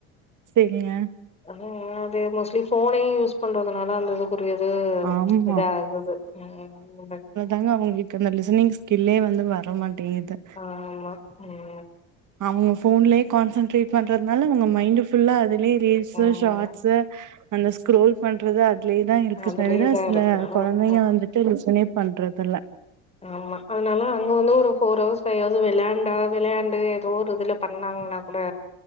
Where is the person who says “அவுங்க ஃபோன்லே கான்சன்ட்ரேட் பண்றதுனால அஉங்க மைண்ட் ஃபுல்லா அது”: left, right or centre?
Right